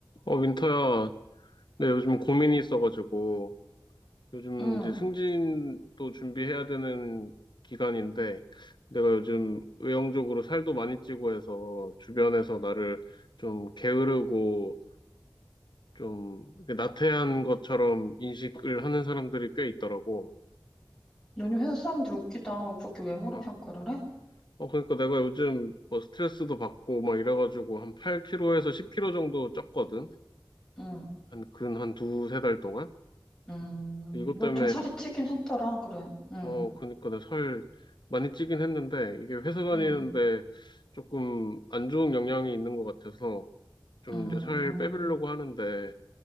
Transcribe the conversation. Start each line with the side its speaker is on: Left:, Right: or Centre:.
Left: 어, 윈터야, 네, 요즘 고민이 있어가지고, 요즘
Centre: 응.
Left: 이제 승진도 준비해야 되는 기간인데, 내가 요즘 외형적으로 살도 많이 찌고 해서, 주변에서 나를 좀 게으르고, 좀 이렇게 나태한 것처럼 인식을 하는 사람들이 꽤 있더라고.
Centre: 너네 회사 사람들 웃기다. 그렇게 외모로
Left: 어,
Centre: 평가를 해?
Left: 어, 그러니까 내가 요즘 뭐 스트레스도 받고 막 이래가지고, 한 8kg에서 10kg 정도 쪘거든?
Centre: 응.
Left: 한, 근 한 두 세 달 동안?
Centre: 음,
Left: 이것
Centre: 너
Left: 때문에
Centre: 좀 살이 찌긴 했더라. 그래. 응.
Left: 어, 그니까 내가 살 많이 찌긴 했는데, 이게 회사 다니는데
Centre: 응.
Left: 조금 안 좋은 영향이 있는 것 같아서, 좀
Centre: 음,
Left: 이제 살 빼보려고 하는데,